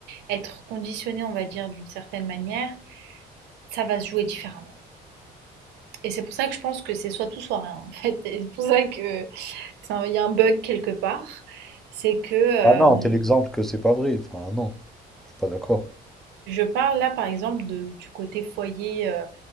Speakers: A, on the right; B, in the centre.
A: être conditionnée, on va dire, d'une certaine manière, ça va se jouer différemment. Et c'est pour ça que je pense que c'est soit tout, soit rien, <laughs> en fait. Et c'est pour ça que c'est un- il y a un bug quelque part. C'est que euh,
B: Ah non, t'es l'exemple que c'est pas vrai. Enfin, non, je suis pas d'accord.
A: je parle là, par exemple, de- du côté foyer euh,